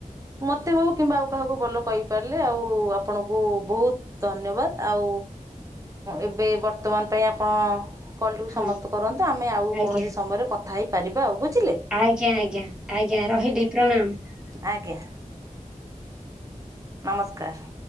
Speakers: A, on the right; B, in the centre.
A: ମୋତେ ହେଉ କିମ୍ବା ଆଉ କାହାକୁ ଭଲ କହିପାରିଲେ ଆଉ ଆପଣଙ୍କୁ ବହୁତ ଧନ୍ୟବାଦ ଆଉ ଏବେ ବର୍ତ୍ତମାନ ପାଇଁ ଆପଣ କଲ୍ଟିକୁ ସମସ୍ତେ
B: ହଁ
A: କରନ୍ତୁ ଆମେ ଆଉ
B: ଆଜ୍ଞା
A: କୌଣସି ସମୟରେ କଥା ହେଇପାରିବା ଅଗୁଛି।
B: ଆଜ୍ଞା ଆଜ୍ଞା ଆଜ୍ଞା ରହିଲି ପ୍ରଣାମ।
A: ଆଜ୍ଞା। ନମସ୍କାର।